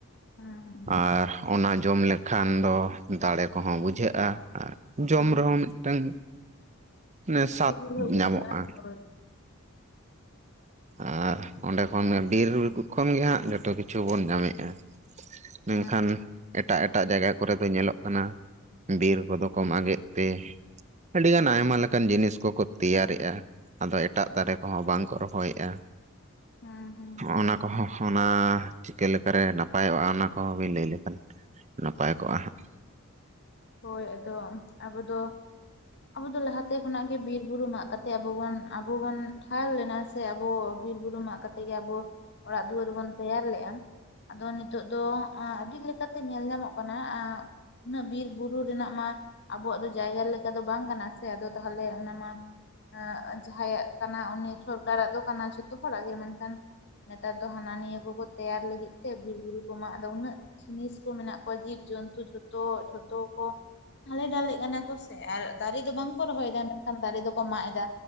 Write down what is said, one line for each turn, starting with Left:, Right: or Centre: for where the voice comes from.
Left: ᱦᱮᱸ
Right: ᱟᱨ ᱚᱱᱟ ᱡᱚᱢ ᱞᱮᱠᱷᱟᱱ ᱫᱚ ᱫᱟᱲᱮ ᱠᱚᱦᱚᱸ ᱵᱩᱡᱷᱟᱹᱜᱼᱟ᱾ ᱟᱨ ᱡᱚᱢ
Left: ᱦᱮᱸ
Right: ᱨᱮᱦᱚᱸ
Left: ᱦᱮᱸ
Right: ᱢᱤᱫᱴᱟᱝ ᱢᱟᱱᱮ ᱥᱟᱫᱽ
Left: ᱥᱤᱵᱤᱞ ᱦᱚᱸ ᱵᱩᱡᱷᱟᱹᱜᱼᱟ
Right: ᱧᱟᱢᱚᱜᱼᱟ᱾
Left: ᱦᱳᱭ
Right: ᱟᱨ ᱚᱸᱰᱮ ᱠᱷᱚᱱ ᱜᱮ ᱵᱤᱨ ᱠᱷᱚᱱ ᱜᱮ ᱦᱟᱸᱜ ᱡᱚᱛᱚ ᱠᱤᱪᱷᱩ ᱵᱚᱱ ᱧᱟᱢᱮᱜᱼᱟ᱾ ᱢᱮᱱᱠᱷᱟᱱ
Left: ᱦᱮᱸ ᱦᱮᱸ
Right: ᱮᱴ ᱮᱴᱟᱜ ᱮᱴᱟᱜ ᱡᱟᱭᱜᱟ ᱠᱚᱨᱮ ᱫᱚ ᱧᱮᱞᱚᱜ ᱠᱟᱱᱟ ᱵᱤᱨ ᱠᱚᱫᱚ ᱠᱚ ᱢᱟᱜᱮᱫ ᱛᱮ᱾ ᱟᱹᱰᱤ ᱜᱟᱱ ᱟᱭᱢᱟ ᱞᱮᱠᱟᱱ ᱡᱤᱱᱤᱥ ᱠᱚᱠᱚ ᱛᱮᱭᱟᱨᱮᱜᱼᱟ ᱟᱫᱚ ᱮᱴᱟᱜ ᱫᱟᱨᱮ ᱠᱚᱦᱚᱸ ᱵᱟᱝ ᱠᱚ ᱨᱚᱦᱚᱭ ᱭᱟ
Left: ᱦᱮᱸ ᱦᱮᱸ
Right: ᱚᱱᱟ ᱠᱚᱦᱚᱸ ᱚᱱᱟ ᱪᱤᱠᱟᱹ ᱞᱮᱠᱟᱨᱮ ᱱᱟᱯᱟᱭᱚᱜᱼᱟ ᱚᱱᱟ ᱠᱚᱦᱚᱸᱵᱤᱱ ᱞᱟᱹᱭ ᱞᱮᱠᱷᱟᱱ ᱱᱟᱯᱟᱭ ᱠᱚᱜᱼᱟ ᱦᱟᱸᱜ᱾
Left: ᱦᱳᱭ ᱟᱫᱚ ᱟᱵᱚ ᱫᱚ ᱟᱵᱚ ᱫᱚ ᱞᱟᱦᱟᱛᱮ ᱠᱷᱚᱱᱟᱜ ᱜᱮ ᱵᱤᱨ ᱵᱩᱨᱩ ᱢᱟᱜ ᱠᱟᱛᱮ ᱟᱵᱚ ᱵᱚᱱ ᱟᱵᱚ ᱵᱚᱱ ᱴᱷᱟᱣ ᱞᱮᱱᱟ᱾ ᱥᱮ ᱟᱵᱚ ᱵᱤᱨ ᱵᱩᱨᱩ ᱢᱟᱜ ᱠᱟᱛᱮ ᱜᱮ ᱟᱵᱚ ᱚᱲᱟᱜ ᱫᱩᱣᱟᱹᱨ ᱵᱚᱱ ᱛᱮᱭᱟᱨ ᱞᱮᱜᱼᱟ ᱟᱫᱚ ᱱᱤᱛᱚᱜ ᱫᱚ ᱮᱸ ᱟᱹᱰᱤ ᱞᱮᱠᱟᱛᱮ ᱧᱮᱞ ᱧᱟᱢᱚᱜ ᱠᱟᱱᱟ ᱮᱸ ᱩᱱᱟᱹᱜ ᱵᱤᱨ ᱵᱩᱨᱩ ᱨᱮᱱᱟᱜ ᱢᱟ ᱟᱵᱚᱣᱟᱜ ᱫᱚ ᱡᱟᱭᱜᱟ ᱞᱮᱠᱟ ᱫᱚ ᱵᱟᱝ ᱠᱟᱱᱟ ᱥᱮ ᱟᱫᱚ ᱛᱟᱦᱞᱮ ᱚᱱᱟ ᱢᱟ ᱮ ᱡᱟᱦᱟᱸᱭᱟᱜ ᱠᱟᱱᱟ, ᱩᱱᱤ ᱥᱚᱨᱠᱟᱨᱟᱜ ᱫᱚ ᱠᱟᱱᱟ ᱡᱷᱚᱛᱚ ᱦᱚᱲᱟᱜ ᱜᱮ ᱢᱮᱱᱠᱷᱟᱱ ᱱᱮᱛᱟᱨ ᱫᱚ ᱦᱟᱱᱟ ᱱᱤᱭᱟᱹ ᱠᱚᱠᱚ ᱛᱮᱭᱟᱨ ᱞᱟᱹᱜᱤᱫ ᱛᱮ, ᱵᱤᱨ ᱵᱩᱨᱩ ᱠᱚ ᱢᱟᱜ ᱟᱫᱚ ᱩᱱᱟᱹᱜ ᱾ ᱡᱤᱱᱤᱥ ᱠᱚ ᱢᱮᱱᱟᱜ ᱠᱚᱣᱟ ᱡᱤᱵᱡᱚᱱᱛᱩ ᱡᱷᱚᱛᱚ ᱡᱚ ᱛᱚ ᱠᱚ ᱦᱟᱞᱮ ᱰᱟᱞᱮᱜ ᱠᱟᱱᱟ ᱠᱚ ᱥᱮ ᱟᱨ ᱫᱟᱨᱮ ᱫᱚ ᱵᱟᱝ ᱠᱚ ᱨᱚᱦᱚᱭ ᱫᱟ ᱢᱮᱱᱠᱷᱟᱱ ᱫᱟᱨᱮ ᱫᱚᱠᱚ ᱢᱟᱜ ᱮᱫᱟ